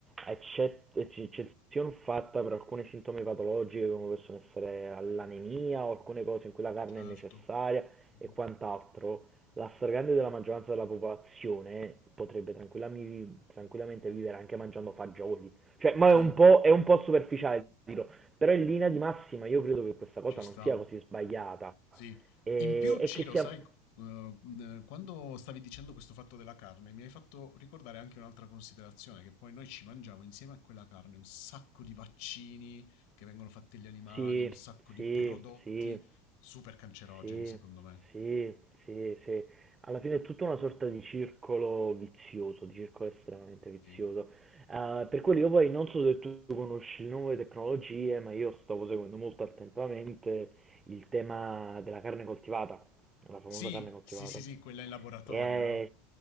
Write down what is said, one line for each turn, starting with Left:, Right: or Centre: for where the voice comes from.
Right: eccet- ec- eccezione fatta per alcune sintomi patologiche come possono essere l'anemia o alcune cose in cui la carne
Left: certo.
Right: è necessaria
Left: Mhm.
Right: e quant'altro, la stragrande della maggioranza della popolazione potrebbe tranquillami- tranquillamente vivere anche mangiando fagioli cioè, ma
Left: Sì,
Right: è un po', è un po' superficiale, dirò. Però in linea di massima io credo che questa cosa
Left: ci
Right: non
Left: sta.
Right: sia così sbagliata.
Left: Sì.
Right: E,
Left: In più,
Right: e
Left: Ciro,
Right: che sia...
Left: sai, eh, eh, quando stavi dicendo questo fatto della carne, mi hai fatto ricordare anche un'altra considerazione, che poi noi ci mangiamo insieme a quella carne un sacco di vaccini che vengono fatti agli animali,
Right: Sì,
Left: un sacco di
Right: sì,
Left: prodotti
Right: sì,
Left: super cancerogeni,
Right: sì,
Left: secondo me.
Right: sì, sì, sì. Alla fine è tutta una sorta di circolo vizioso, di circolo estremamente vizioso.
Left: Sì,
Right: Eh, per quello io poi non so se tu conosci le nuove tecnologie, ma io stavo seguendo molto attentamente il tema della carne coltivata, la famosa
Left: sì,
Right: carne coltivata.
Left: sì, sì, sì, quella in laboratorio,
Right: E
Left: no?